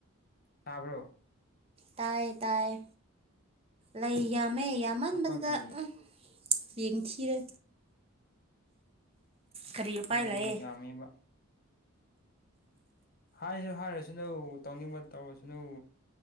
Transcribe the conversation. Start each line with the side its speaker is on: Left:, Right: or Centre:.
Left: ꯇꯥꯕ꯭ꯔꯣ
Right: ꯇꯥꯏꯌꯦ ꯇꯥꯏꯌꯦ ꯂꯩ ꯌꯥꯝꯃꯦ ꯌꯥꯝꯃꯟꯕꯗꯨꯗ
Left: ꯑꯩꯈꯣꯏꯒꯤ
Right: ꯑꯨꯝ ꯌꯦꯡꯊꯤꯔꯦ ꯀꯔꯤ ꯎꯄꯥꯏ
Left: ꯑꯗꯨꯅ
Right: ꯂꯩꯌꯦ
Left: ꯌꯥꯝꯃꯤꯕ ꯍꯥꯏꯖꯨ ꯍꯥꯏꯔꯁꯅꯨ ꯇꯧꯅꯤꯡꯕ ꯇꯧꯔꯁꯅꯨ